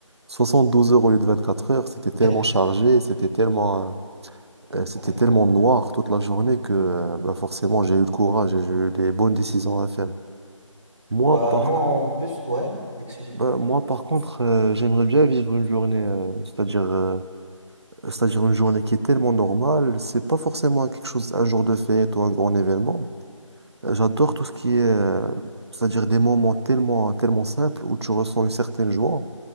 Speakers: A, on the right; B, in the centre.
A: 72 heures au lieu de 24 heures. C'était
B: <laughs>
A: tellement chargé, c'était tellement, euh, c'était
B: Carrément.
A: tellement noir toute la journée que euh, bah, forcément, j'ai eu le courage et j'ai eu des bonnes décisions à faire. Moi,
B: Bah,
A: par
B: moi,
A: contre,
B: en plus, ouais, excuse-moi.
A: bah, moi, par contre, euh, j'aimerais bien vivre une journée, euh, c'est-à-dire euh, c'est-à-dire une journée qui est tellement normale. C'est pas forcément quelque chose, un jour de fête ou un grand événement. Euh, J'adore tout ce qui est, euh, c'est-à-dire des moments tellement, tellement simples où tu ressens une certaine joie.